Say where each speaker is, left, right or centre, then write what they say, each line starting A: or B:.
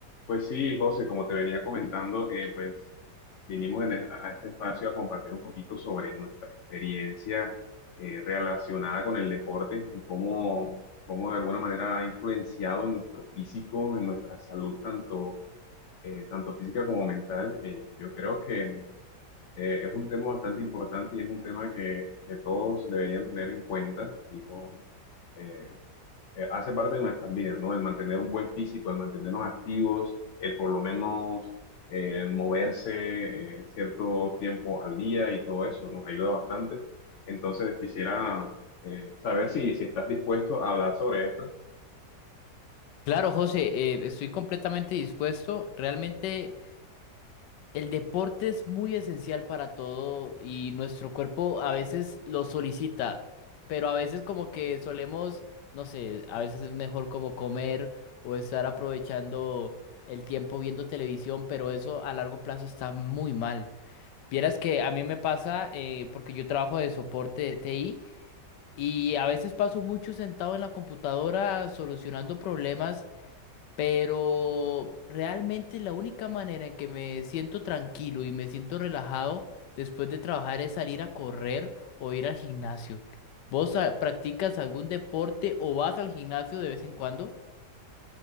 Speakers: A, on the left; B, on the left.
A: Pues sí, José, como te venía comentando, eh, pues vinimos en e- a este espacio a compartir un poquito sobre nuestra experiencia eh, relacionada con el deporte y cómo, cómo de alguna manera ha influenciado en nuestro físico, en nuestra salud, tanto, eh, tanto física como mental. Eh, yo creo que eh, es un tema bastante importante y es un tema que, que todos deberían tener en cuenta, tipo, eh, eh, hace parte de nuestras vidas, ¿no? El mantener un buen físico, el mantenernos activos, el por lo menos eh, moverse eh, cierto tiempo al día y todo eso nos ayuda bastante. Entonces quisiera eh, saber si, si estás dispuesto a hablar sobre esto
B: Claro, José, eh, estoy completamente dispuesto. Realmente el deporte es muy esencial para todo y nuestro cuerpo a veces lo solicita, pero a veces como que solemos, no sé, a veces es mejor como comer o estar aprovechando el tiempo viendo televisión, pero eso a largo plazo está muy mal. Vieras que a mí me pasa, eh, porque yo trabajo de soporte de TI y a veces paso mucho sentado en la computadora solucionando problemas pero realmente la única manera en que me siento tranquilo y me siento relajado después de trabajar es salir a correr o ir al gimnasio. ¿Vos ah, practicas algún deporte o vas al gimnasio de vez en cuando?